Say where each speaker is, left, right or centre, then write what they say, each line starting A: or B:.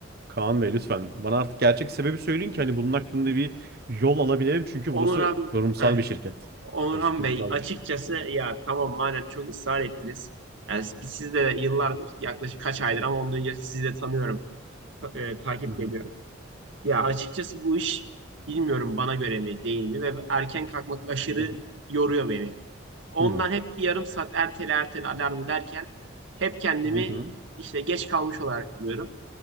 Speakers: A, on the right (about 50°); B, on the right (about 65°).
A: Kaan Bey lütfen bana artık gerçek sebebi söyleyin ki hani bunun hakkında bir yol alabilelim. Çünkü
B: Onurhan,
A: burası kurumsal
B: eh,
A: bir şirket.
B: Onurhan
A: Burası kurumsal
B: Bey açıkçası
A: bir şirket.
B: ya tamam madem çok ısrar ettiniz. Yani biz sizde yıllar yaklaşık kaç aydır ama ondan önce sizi de tanıyorum. Ta- e, takip
A: Hı hı
B: de ediyorum. Ya açıkçası bu iş bilmiyorum bana göre mi değil mi ve erken kalkmak aşırı
A: hı
B: yoruyor beni. Ondan
A: hı
B: hep bir yarım saat ertele ertele alarmı derken hep kendimi
A: hı hı hı
B: işte geç kalmış olarak buluyorum.